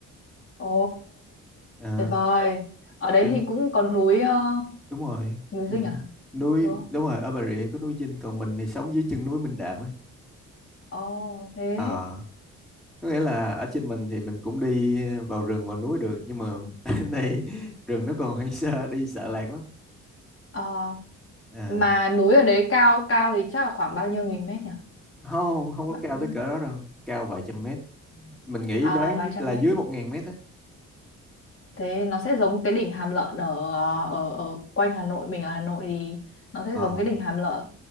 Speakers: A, on the left; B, in the centre.
A: ồ
B: à,
A: tuyệt vời ở đấy
B: chứ
A: thì cũng có núi ờ,
B: đúng rồi
A: núi
B: mình
A: Dinh à
B: nuôi
A: đúng không
B: đúng rồi ở Bà Rịa có núi Dinh còn mình thì sống dưới chân núi Minh Đạm ấy
A: ồ thế
B: à, có nghĩa là ở trên mình thì mình cũng đi vào rừng vào núi được nhưng mà <laughs> ở đây rừng nó còn hoang sơ đi sợ lạc lắm
A: Ờ,
B: à,
A: Mà núi ở đấy cao cao thì chắc là khoảng bao nhiêu nghìn mét nhỉ?
B: không không có
A: Bạn
B: cao
A: có biết
B: tới
A: không?
B: cỡ đó đâu cao vài trăm mét mình nghĩ
A: À,
B: đoán
A: vài trăm
B: là
A: mét.
B: dưới một ngàn mét á
A: Thế nó sẽ giống cái đỉnh Hàm Lợn ở ở ở quanh Hà Nội, mình ở Hà Nội thì nó sẽ
B: Ờ,
A: giống cái đỉnh Hàm Lợn